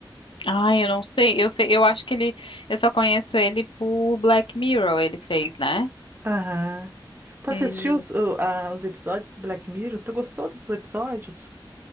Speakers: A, on the left; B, on the right.
A: Ai, eu não sei. Eu sei, eu acho que ele, eu só conheço ele por Black Mirror, ele fez, né?
B: Aham. Tá
A: Hum.
B: assistindo os, o- a- os episódios do Black Mirror? Tu gostou dos episódios?